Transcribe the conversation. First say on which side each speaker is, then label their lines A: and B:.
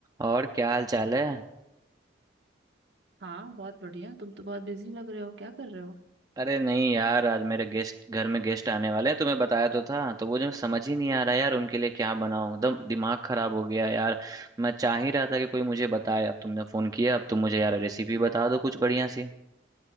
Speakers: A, on the right; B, on the right.
A: और क्या हाल चाल है
B: हाँ बहुत बढ़िया तुम तो बहुत बिजी लग रहे हो क्या कर रहे हो
A: अरे नहीं यार आज मेरे गेस्ट घर में गेस्ट आने वाले हैं तुम्हें बताया तो था तो वो जो समझ ही नहीं आ रहा यार उनके लिए क्या बनाऊं एकदम दिमाग खराब हो गया यार मैं चाह ही रहा था कि कोई मुझे बताए अब तुमने फोन किया अब तुम मुझे यार रेसिपी बता दो कुछ बढ़िया सी